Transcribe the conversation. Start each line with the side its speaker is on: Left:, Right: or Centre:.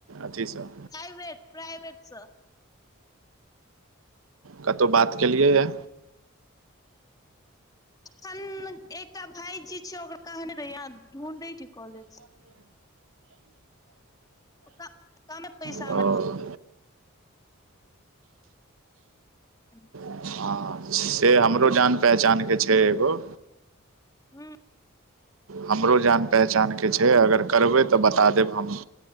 Right: अथीसँ।
Left: प्राइवेट प्राइवेटसँ।
Right: कतहु बात के लिय ये।
Left: अखन एकटा भाईजी छै ओकर कहने रहियै ढूंढै छी कॉलेज कामे पैसा
Right: <inaudible> <inaudible> ओ
Left: मे अहाँके
Right: हं से हमरो जान पहचान के छै एगो।
Left: हुं
Right: हमरो जान पहचानके छै, अगर करबै त बता देब हम